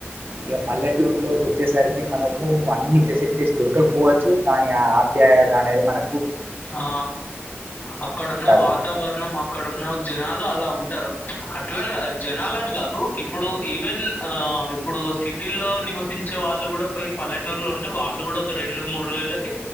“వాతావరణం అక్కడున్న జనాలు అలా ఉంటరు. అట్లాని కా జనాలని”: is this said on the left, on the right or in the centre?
Left